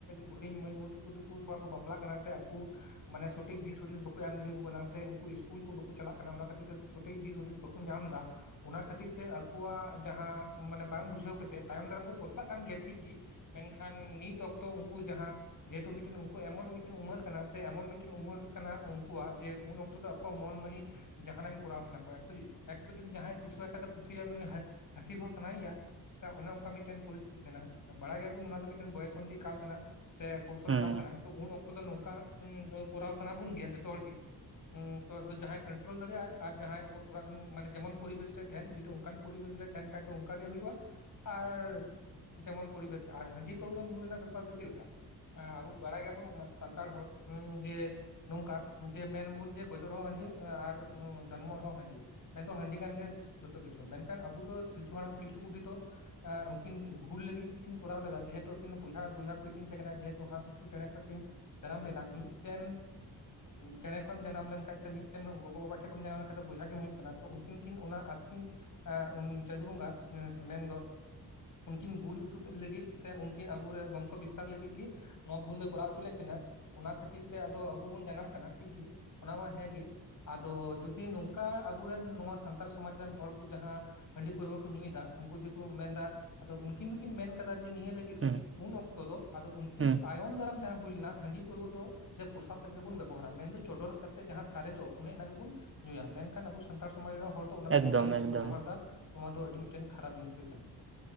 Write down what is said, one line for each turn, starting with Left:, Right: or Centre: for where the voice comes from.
Left: ᱦᱩᱰᱤᱧ ᱢᱟᱹᱭ-ᱵᱟᱹᱵᱩ ᱛᱟᱠᱩ ᱫᱩᱠᱩ ᱱᱚᱣᱟ ᱠᱩ ᱵᱟᱯᱞᱟᱜ ᱠᱟᱱᱟ ᱥᱮ ᱟᱠᱩ ᱢᱟᱱᱮ ᱥᱚᱴᱷᱤᱠ ᱫᱤᱥ ᱦᱩᱫᱤᱥ ᱵᱟᱠᱚ ᱮᱢ ᱫᱟᱲᱮᱠᱚ ᱠᱟᱱᱟ ᱥᱮ ᱩᱱᱠᱩ ᱤᱥᱠᱩᱞ ᱠᱚ ᱵᱟᱠᱚ ᱪᱟᱞᱟᱜ ᱠᱟᱱᱟ ᱚᱱᱟ ᱠᱷᱟᱹᱛᱤᱨ ᱛᱮ ᱥᱚᱴᱷᱤᱠ ᱫᱤᱥ ᱦᱩᱫᱤᱥ ᱵᱟᱠᱚ ᱧᱟᱢ ᱮᱫᱟ ᱚᱱᱟ ᱠᱷᱟᱹᱛᱤᱨ ᱛᱮ ᱟᱠᱚᱣᱟᱜ ᱡᱟᱦᱟᱸ ᱢᱟᱱᱮ ᱵᱟᱝ ᱵᱩᱡᱷᱟᱹᱣ ᱠᱟᱛᱮᱫ ᱛᱟᱭᱚᱢ ᱫᱟᱨᱟᱢ ᱠᱚ ᱯᱚᱥᱛᱟᱜ ᱠᱟᱱ ᱜᱮᱭᱟ ᱴᱷᱤᱠ ᱜᱤ ᱢᱮᱱᱠᱷᱟᱱ ᱱᱤᱛ ᱚᱠᱛᱚ ᱩᱱᱠᱩ ᱡᱟᱦᱟᱸ ᱡᱮᱦᱮᱛᱩ ᱮᱢᱚᱱ ᱢᱤᱫᱴᱮᱱ ᱩᱱᱠᱩ ᱮᱢᱚᱱ ᱢᱤᱫᱴᱮᱱ ᱩᱢᱟᱹᱨ ᱠᱟᱱᱟ ᱥᱮ ᱮᱢᱚᱱ ᱢᱤᱫᱴᱮᱱ ᱩᱢᱮᱨ ᱠᱟᱱᱟ ᱩᱱᱠᱩᱣᱟᱜ ᱡᱮ ᱩᱱ ᱚᱠᱛᱚ ᱫᱚ ᱟᱠᱚᱣᱟᱜ ᱢᱚᱱ ᱢᱟᱹᱱᱤ ᱡᱟᱦᱟᱱᱟᱜ ᱜᱮ ᱠᱚᱨᱟᱣ ᱥᱟᱱᱟ ᱠᱚᱣᱟ ᱮ ᱮᱠᱛᱚ ᱡᱩᱫᱤ ᱡᱟᱦᱟᱸᱭ ᱠᱩᱥᱤᱣᱟᱜ ᱠᱷᱟᱡ ᱫᱚ ᱠᱩᱥᱤᱭᱟᱭ ᱩᱱᱤᱟᱱ ᱦᱟᱹᱥᱤᱞ ᱦᱚᱸ ᱥᱟᱱᱟᱭᱮᱭᱟ ᱥᱮ ᱚᱱᱮ ᱚᱱᱠᱟ ᱢᱤᱫᱴᱮᱱ ᱯᱚᱨᱤᱥᱛᱷᱤᱛᱤ ᱛᱟᱦᱮᱱᱟ ᱵᱟᱲᱟᱭ ᱜᱮᱭᱟᱵᱚᱱ ᱚᱱᱟ ᱫᱚ ᱢᱤᱫᱴᱮᱱ ᱵᱚᱭᱚᱥᱚᱱᱫᱷᱤ ᱠᱟᱞ ᱠᱟᱱᱟ ᱥᱮ ᱠᱳᱣᱥᱚᱞ
Right: ᱦᱩᱸ
Left: ᱠᱟᱞ ᱠᱟᱱᱟ ᱛᱚ ᱩᱱ ᱚᱠᱛᱚ ᱫᱚ ᱱᱚᱝᱠᱟ ᱠᱚᱨᱟᱣ ᱥᱟᱱᱟ ᱵᱚᱱ ᱜᱮᱭᱟ ᱡᱚᱛᱚ ᱦᱚᱲ ᱜᱤ ᱚ ᱡᱟᱦᱟᱸᱭ ᱠᱚᱱᱴᱨᱳᱞ ᱫᱟᱲᱮᱭᱟᱜᱼᱟ ᱟᱨ ᱡᱟᱦᱟᱸᱭ ᱚᱲᱟᱜ ᱨᱮᱱ ᱢᱟᱱᱮ ᱡᱮᱢᱚᱱ ᱯᱚᱨᱤᱵᱮᱥ ᱨᱮᱭ ᱛᱟᱦᱮᱱ ᱡᱩᱫᱤ ᱚᱱᱠᱟᱱ ᱯᱚᱨᱤᱵᱮᱥ ᱨᱮ ᱛᱟᱦᱮᱱ ᱠᱷᱟᱡ ᱫᱚ ᱚᱱᱠᱟᱟᱜ ᱜᱮ ᱦᱩᱭᱩᱜᱼᱟ ᱟᱨ ᱡᱮᱢᱚᱱ ᱯᱚᱨᱤᱵᱮᱥ ᱟᱨ ᱦᱟᱺᱰᱤ ᱯᱟᱹᱣᱨᱟᱹ ᱧᱩ ᱨᱮᱱᱟᱜ ᱵᱮᱯᱟᱨ ᱫᱚ ᱪᱮᱫ ᱞᱮᱠᱟ ᱟᱵᱚ ᱵᱟᱲᱟᱭ ᱜᱮᱭᱟᱵᱚᱱ ᱥᱟ ᱛᱟᱲ ᱦᱚᱲ ᱩ ᱡᱮ ᱱᱚᱝᱠᱟ ᱡᱮ ᱢᱮᱱᱵᱚᱱ ᱡᱮ ᱜᱚᱡᱚᱜ ᱨᱮᱦᱚᱸ ᱦᱟᱺᱰᱤ ᱟᱨ ᱡᱚᱱᱢᱚᱜ ᱨᱮᱦᱚᱸ ᱦᱟᱺᱰᱤ ᱢᱮᱱᱫᱚ ᱦᱟᱺᱰᱤ ᱠᱟᱱ ᱜᱮᱭᱟ ᱡᱚᱛᱚ ᱠᱤᱪᱷᱩ ᱢᱮᱱᱠᱷᱟᱱ ᱟᱵᱚ ᱫᱚ ᱯᱤᱞᱪᱩ ᱦᱟᱲᱟᱢ ᱯᱤᱞᱪᱩ ᱵᱩᱰᱷᱤ ᱫᱚ ᱩᱱᱠᱤᱱ ᱵᱷᱩᱞ ᱞᱟᱹᱜᱤᱜ ᱜᱮᱠᱤᱱ ᱠᱚᱨᱟᱣ ᱞᱮᱫᱟ ᱡᱮᱦᱮᱛᱩ ᱟᱹᱠᱤᱱ ᱫᱚ ᱵᱚᱭᱦᱟ ᱟᱨ ᱵᱚᱭᱦᱟ ᱠᱩᱤ ᱠᱤᱱ ᱛᱟᱦᱮᱸ ᱠᱟᱱᱟ ᱡᱮᱦᱮᱛᱩ ᱦᱟᱸᱥ ᱦᱟᱹᱥᱤᱞ ᱪᱮᱬᱮ ᱠᱷᱚᱡ ᱠᱤᱱ ᱡᱟᱱᱟᱢ ᱞᱮᱱᱟ ᱢᱤᱫᱴᱮᱱ ᱪᱮᱲᱮ ᱠᱷᱚᱱ ᱡᱟᱱᱟᱢ ᱞᱮᱱᱠᱟᱡ ᱥᱮ ᱢᱤᱫᱴᱮᱱ ᱜᱚᱜᱚ ᱵᱟᱵᱟ ᱴᱷᱮᱱ ᱠᱷᱚᱱᱮᱢ ᱡᱟᱱᱟᱢ ᱞᱮᱱᱠᱷᱟᱱ ᱫᱚ ᱵᱚᱭᱦᱟ ᱜᱮᱢ ᱦᱩᱭᱩᱜ ᱠᱟᱱᱟ ᱛᱚ ᱩᱱᱠᱤᱱ ᱠᱤᱱ ᱚᱱᱟ ᱟᱹᱠᱤᱱ ᱪᱟᱸᱫᱳ ᱵᱚᱸᱜᱟ ᱢᱮᱱᱫᱚ ᱩᱱᱠᱤᱱ ᱵᱷᱩᱞ ᱚᱪᱩ ᱠᱤᱱ ᱞᱟᱹᱜᱤᱫ ᱥᱮ ᱩᱱᱠᱤᱱ ᱟᱵᱚᱨᱮ ᱵᱚᱝᱥᱚ ᱵᱤᱥᱛᱟᱨ ᱞᱟᱹᱜᱤᱫ ᱜᱤ ᱱᱚᱣᱟ ᱵᱷᱩᱞ ᱫᱚᱭ ᱠᱚᱨᱟᱣ ᱦᱚᱪᱚ ᱞᱮᱫ ᱠᱤᱱᱟᱹ ᱚᱱᱟ ᱠᱷᱟᱹᱛᱤᱨ ᱛᱮ ᱟᱫᱚ ᱟᱵᱚ ᱵᱚᱱ ᱡᱟᱱᱟᱢ ᱠᱟᱱᱟ ᱴᱷᱤᱠᱜᱮ ᱚᱱᱟ ᱢᱟ ᱦᱮᱸᱜᱮ ᱟᱫᱚ ᱡᱩᱫᱤ ᱱᱚᱝᱠᱟ ᱟᱵᱚᱨᱮᱱ ᱱᱚᱣᱟ ᱥᱟᱱᱛᱟᱞ ᱥᱚᱢᱟᱡᱽ ᱨᱮᱱ ᱦᱚᱲ ᱠᱚ ᱡᱟᱦᱟᱸ ᱦᱟᱺᱰᱤ ᱯᱟᱹᱨᱣᱟᱹ ᱠᱚ ᱧᱩᱭ ᱮᱫᱟ ᱩᱱᱠᱩ ᱡᱮᱠᱚ ᱢᱮᱱᱫᱟ ᱟᱫᱚ ᱩᱱᱠᱤᱱ ᱫᱚᱠᱤᱱ ᱢᱮᱱ ᱠᱟᱫᱟᱟ ᱡᱮ ᱱᱤᱭᱟᱹ ᱞᱟᱹᱜᱤᱫ
Right: ᱦᱩᱸ
Left: ᱜᱮ ᱩᱱ ᱚᱠᱛᱚ ᱫᱚ ᱟᱫᱚ ᱩᱱᱠᱤᱱ
Right: ᱦᱩᱸ
Left: ᱛᱟᱭᱚᱢ ᱫᱟᱨᱟᱢ ᱡᱟᱦᱟᱸ ᱦᱩᱭ ᱞᱮᱱᱟ ᱦᱟᱺᱰᱤ ᱯᱩᱨᱣᱟ. ᱹ ᱫᱚ ᱡᱮ ᱯᱨᱚᱥᱟᱫ ᱞᱮᱠᱟ ᱜᱮᱵᱚᱱ ᱵᱮᱵᱚᱦᱟᱨᱟ ᱢᱮᱱᱫᱚ ᱪᱚᱰᱚᱨ ᱠᱟᱛᱮᱜ ᱡᱟᱦᱟᱸ ᱥᱟᱨᱮᱡᱚᱜ ᱚᱱᱮ ᱚᱱᱟ ᱜᱮᱵᱚᱱ ᱧᱩᱭᱟ ᱢᱮᱱᱠᱷᱟᱱ ᱟᱵᱚ ᱥᱟᱱᱛᱟᱲ ᱥᱚᱢᱟᱡᱽ ᱨᱮᱱ ᱦᱚᱲ ᱛᱚ ᱚᱱᱟ ᱫᱚ
Right: ᱮᱠᱫᱚᱢ
Left: ᱱᱮᱥᱟ ᱞᱟᱹᱜᱤᱫ
Right: ᱮᱠᱫᱚᱢ
Left: ᱠᱚ ᱵᱮᱵᱚᱦᱟᱨᱮᱫᱟ ᱱᱚᱣᱟ ᱫᱚ ᱟᱹᱰᱤ ᱢᱤᱫᱴᱮᱱ ᱠᱷᱟᱨᱟᱯ ᱡᱤᱱᱤᱥ ᱦᱩᱭᱩᱜ ᱠᱟᱱᱟ